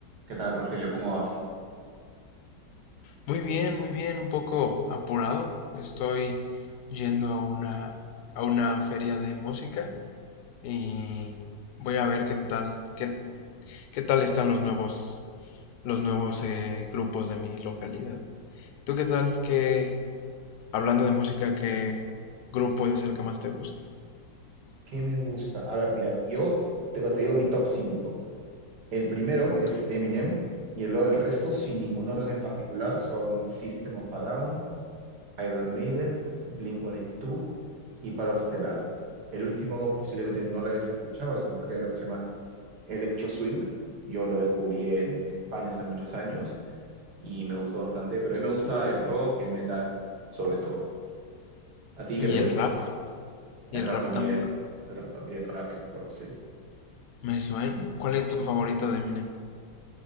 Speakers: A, on the right; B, on the left.
A: ¿Qué tal, Rogelio? ¿Cómo vas?
B: Muy bien, muy bien, un poco apurado. Estoy yendo a una, a una feria de música y voy a ver qué tal, qué, qué tal están los nuevos, los nuevos eh, grupos de mi localidad. ¿Tú qué tal? ¿Qué, hablando de música, qué grupo es el que más te gusta?
A: ¿Qué me gusta? A ver, mira, yo te, te digo mi top 5. El primero
B: Ok.
A: es Eminem y luego el resto, sin ningún orden en particular, son System of a Down, Iron Maiden, Blink-182 y dos y Paro Stellar. El último posiblemente no lo hayas escuchado, es un género que se llama Electro Swing. Yo lo descubrí en, en España hace muchos años y me gustó bastante, pero a mí me gusta el rock y el metal, sobre todo. ¿A ti
B: Y
A: qué te gusta?
B: el rap,
A: El
B: y el
A: rap
B: rap
A: también,
B: también.
A: el rap también, rap, hip hop, sí.
B: Me suena. ¿Cuál es tu favorito de Eminem?